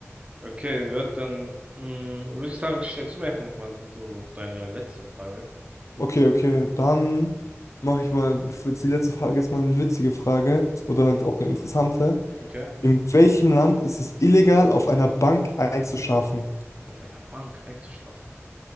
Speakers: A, on the right; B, on the left.
A: Okay, ja, dann mh, würde ich sagen, stellst du mir einfach nochmal so deine letzte Frage.
B: Okay, okay, dann mache ich mal, jetzt die letzte Frage ist mal eine witzige Frage oder halt auch eine interessante.
A: Okay.
B: In welchem Land ist es illegal, auf einer Bank einzuschlafen?
A: Auf einer Bank einzuschlafen.